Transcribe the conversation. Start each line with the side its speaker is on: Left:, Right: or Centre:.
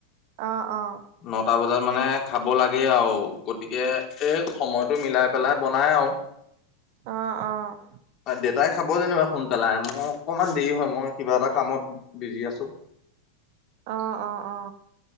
Right: অঁ, অঁ।
Left: নটা বজাত মানে খাব লাগে আৰু গতিকে এই সময়টো মিলাই পেলাই বনাই আৰু।
Right: <inaudible> অ অঁ।
Left: দেতায়ে খাব যেনিবা সোনকালে, মোৰ অকমান দেৰি হয় মই কিবা এটা কামত বিজি আছো।
Right: অ অ অ